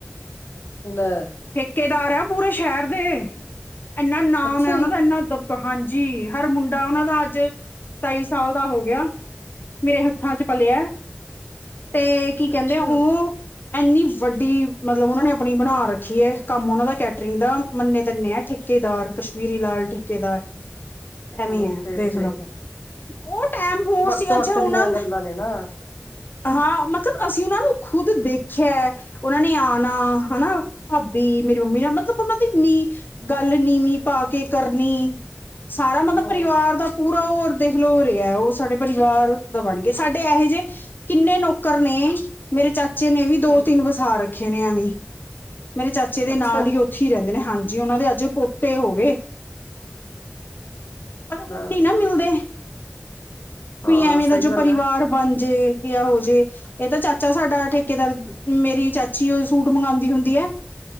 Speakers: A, on the left; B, on the left.
A: <inaudible>
B: ਠੇਕੇਦਾਰ ਆ ਪੂਰੇ ਸ਼ਹਿਰ ਦੇ, ਇਨਾ ਨਾਮ
A: ਅੱਛਾ
B: ਹੈ ਉਹਨਾ
A: ਜੀ,
B: ਦਾ ਇਨਾ ਹਾਂਜੀ ਹਰ ਮੁੰਡਾ ਉਹਨਾਂ ਦਾ ਅੱਜ ਸਤਾਈ ਸਾਲ ਦਾ ਹੋ ਗਿਆ। ਮੇਰੇ ਹੱਥਾਂ 'ਚ ਪਲਿਆ, ਤੇ ਕੀ ਕਹਿੰਦੇ
A: ਅੱਛਾ,
B: ਉਹ, ਐੰਨੀ ਵੱਡੀ ਮਤਲਬ ਉਹਨਾਂ ਨੇ ਆਪਣੀ ਬਣਾ ਰੱਖੀ ਏ ਕੰਮ ਉਹਨਾਂ ਦਾ ਕੈਟਰਿੰਗ ਦਾ ਮੰਨੇ-ਤੰਨੇ ਆ ਠੇਕੇਦਾਰ ਕਸ਼ਮੀਰੀ ਲਾਲ ਠੇਕੇਦਾਰ।
A: <inaudible>
B: ਐਵੇਂ
A: ਲੈ
B: ਆ
A: ਫੇਰ
B: ਦੇਖ ਲੋ।
A: ਲੈ,
B: ਉਹ ਟੈਮ ਹੋਰ
A: ਵਕਤ-ਵਕਤ
B: ਸੀ ਅੱਛਾ ਉਹਨਾਂ
A: ਦੀਆਂ ਗੱਲਾਂ ਨੇ ਨਾ।
B: ਹਾਂ ਮਤਲਬ ਅਸੀਂ ਉਹਨਾਂ ਨੂੰ ਖੁਦ ਦੇਖਿਆ ਉਹਨਾਂ ਨੇ ਆਣਾ ਹਨਾ ਭਾਬੀ ਮੇਰੀ ਮੰਮੀ ਨੇ ਮਤਲਬ ਉਹਨਾਂ ਦੀ ਨੀ ਗੱਲ ਨੀਵੀਂ ਪਾ ਕੇ ਕਰਨੀ ਸਾਰਾ ਮਤਲਬ
A: ਹਾਂ,
B: ਪਰਿਵਾਰ ਦਾ ਪੂਰਾ ਉਹ ਦੇਖ ਲਓ ਰਿਹਾ ਉਹ ਸਾਡੇ ਪਰਿਵਾਰ ਦਾ ਬਣ ਗਏ ਸਾਡੇ ਇਹੇ ਜਿਹੇ ਕਿੰਨੇ ਨੌਕਰ ਨੇ ਮੇਰੇ ਚਾਚੇ ਨੇ ਵੀ ਦੋ-ਤਿੰਨ
A: ਹੂੰ,
B: ਵਸਾ ਰੱਖੇ ਨੇ ਐਵੇਂ ਈ। ਮੇਰੇ ਚਾਚੇ ਦੇ
A: ਅੱਛਾ,
B: ਨਾਲ ਹੀ ਉੱਥੇ ਰਹਿੰਦੇ ਨੇ ਹਾਂਜੀ ਉਹਨਾਂ ਦੇ ਅੱਜ ਪੋਤੇ ਹੋਗੇ। ਪਰ ਹੁਣ
A: ਲੈ,
B: ਨੀ ਨਾ ਮਿਲਦੇ। ਕੋਈ
A: ਹਾਂ
B: ਐਵੇਂ ਦਾ
A: ਸਹੀ
B: ਜੋ
A: ਗੱਲ
B: ਪਰਿਵਾਰ
A: ਐ,
B: ਬਣ ਜੇ। ਆ ਹੋ ਜੇ, ਇਹ ਤਾਂ ਚਾਚਾ ਸਾਡਾ ਠੇਕੇਦਾਰ ਮੇਰੀ ਚਾਚੀ ਉਹ ਸੂਟ ਮੰਗਾਂਦੀ ਹੁੰਦੀ ਏ।